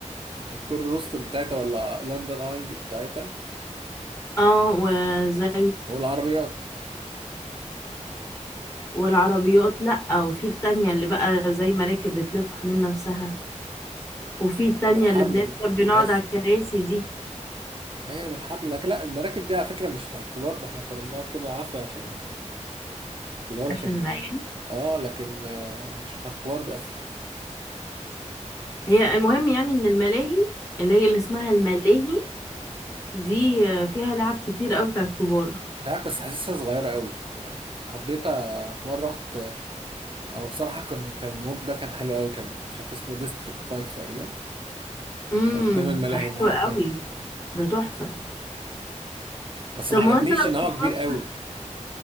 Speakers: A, on the right; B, on the left.
A: الكور روستر بتاعتها ولا لندن اي دي بتاعتها
B: اه وزي
A: والعربيات
B: والعربيات لأ وفي التانية اللي بقى زي مراكب بتلف حوالين نفسها وفي التانية
A: اللي بالحبل
B: اللي بنركب
A: دي
B: بنقعد
A: بس
B: على الكراسي دي
A: هي بالحبل لكن لا المراكب دي على فكرة مش بتاعت كبار ده احنا كنا بنقعد كده عافية عشان كده هو لكن
B: عشان العيال
A: اه لكن آه، مش بتاع الكبار دي اصلا
B: هي المهم يعني ان الملاهي اللي هي اللي اسمها الملاهي دي آه، فيها لعب كتير قوي بتاعت كبار
A: مش عارف بس حاسسها صغيره قوي يعني عديتها في مره رحت او بصراحه كان كان المول ده كان حلو قوي كان مش عارف اسمه ديستريكت 5 تقريبا
B: امم
A: قدام الملاهي
B: ده حلو
A: الناحيه التانيه
B: قوي ده تحفة
A: بس
B: طب
A: ما عجبنيش
B: ما هو انت لو
A: ان هو
B: فكرت-
A: كبير قوي